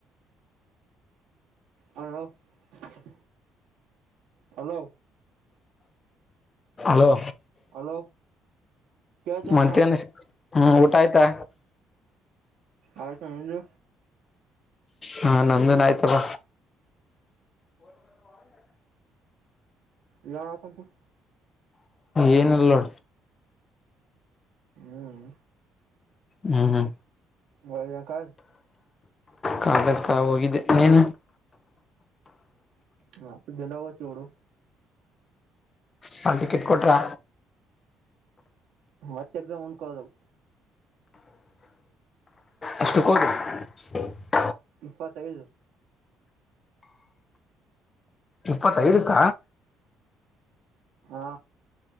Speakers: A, on the right (about 75°); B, on the left (about 30°).
A: <inaudible> ಹಲೋ
B: ಹಲೋ.
A: ಹಲೋ. ಕೇಳ್ತ
B: ಮತ್ತೇನ
A: ಹಾ
B: ಹ್ಮ್ ಊಟ ಆಯ್ತಾ?
A: ಆಯಿತು ನಿಂದು
B: ಹಾ ನಂದುನು ಆಯ್ತಪ್ಪ.
A: ಏನ್ ಮಾಡಾಕುಂತಿ -
B: ಏನಲ್ಲ ನೋಡ.
A: ಹ್ಮ್.
B: ಹ್ಮ್ ಹ್ಮ್.
A: ಬೈದಿ ಯಾಕ?
B: ಕಾಲೇಜ್ಕ್ಕ ಹೋಗಿದ್ದೆ ನೀನ
A: ನಾ <unintelligible> ದಿಂಡಾ ಹೋಗ್ತೀವಿ ಬಿಡು.
B: ಹಾಲ್ ಟಿಕೆಟ್ ಕೊಟ್ರಾ?
A: ಮತ್ತ ಎಕ್ಸಮ್ ಮುಂದಕೋದವು.
B: ಏಷ್ಟುಕ್ಕೊಗಿ -
A: ಇಪ್ಪತ್ತೈದು.
B: ಇಪ್ಪತ್ತೈದುಕ್ಕ
A: ಹಾ